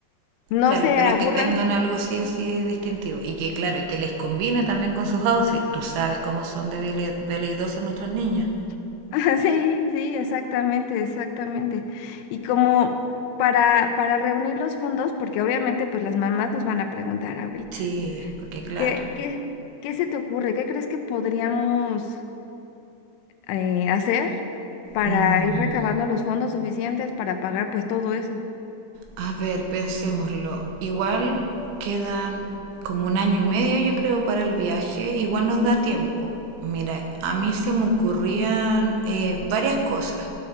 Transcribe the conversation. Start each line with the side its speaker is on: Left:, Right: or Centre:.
Left: no
Right: claro,
Left: se
Right: pero
Left: aburran
Right: que tengan algo sí o sí distintivo. Y que, claro, y que les combine también con sus outfits. Tú sabes cómo son de veli- veleidosos nuestros niños.
Left: <laughs> Ajá, Sí, sí, exactamente, exactamente. Y como para, para reunir los fondos, porque obviamente pues las mamás nos van a preguntar ahorita,
Right: Sí, porque claro.
Left: ¿qué, qué, qué se te ocurre? ¿Qué crees que podríamos eh, hacer para
Right: Mm.
Left: ir recabando los fondos suficientes para pagar pues todo eso?
Right: A ver, pensémoslo. Igual quedan como un año y medio, yo creo, para el viaje. Igual nos
Left: Ujú,
Right: da tiempo. Mira, a mí se me ocurrían eh, varias cosas.